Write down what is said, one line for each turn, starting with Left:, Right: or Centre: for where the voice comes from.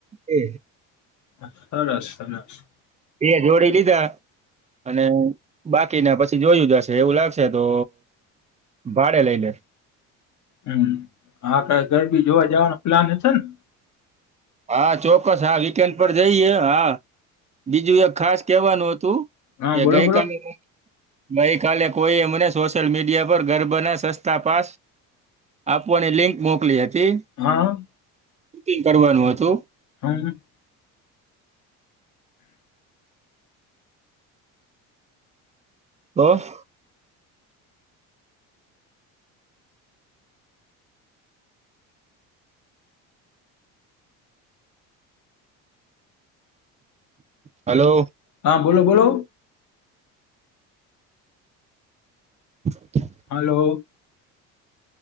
Right: એ
Left: સરસ, સરસ.
Right: બે જોડી લીધા અને બાકીના પસી જોયું જાશે, એવું લાગશે તો ભાડે લઈ લે
Left: હમ, હા ગ-ગરબી જોવા જવાનો પ્લાન હશે ન.
Right: હા, ચોક્કસ. હા, વીકેન્ડ પર જઈએ હા, બીજું એક ખાસ કેવાનું હતું
Left: હા
Right: કે
Left: બોલો
Right: ગઈકાલે
Left: બોલો
Right: ગઈ કાલે કોઈ મને સોશિ્યયલ મીડિયા પર ગરબા ના સસ્તા પાસ આપવાની લિંક મોકલી હતી.
Left: હા
Right: બુકિંગ કરવાનું હતું
Left: હમ
Right: બસ હલો
Left: હા બોલો બોલો
Right: ઓકે <unintelligible>
Left: હલો